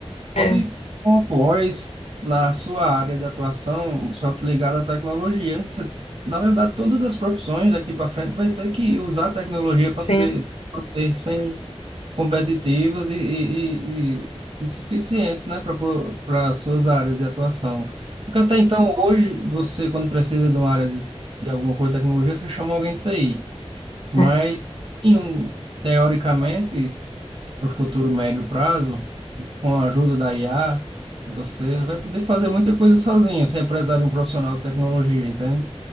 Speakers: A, on the right (about 55°); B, on the left (about 70°).
A: pode,
B: É,
A: com a pós, na sua área de atuação, só que ligada à tecnologia. Você- na verdade, todas as profissões daqui para frente vai ter que usar a tecnologia para
B: sim,
A: poder manter sem competitivas e, e, e, e suficientes, né, para suas áreas de atuação. Porque até então, hoje, você, quando precisa de uma área de, de alguma coisa de tecnologia, você chama alguém de TI. Mas,
B: é,
A: em um, teoricamente, para o futuro médio prazo, com a ajuda da IA, você vai poder fazer muita coisa sozinho, sem precisar de um profissional de tecnologia, entende?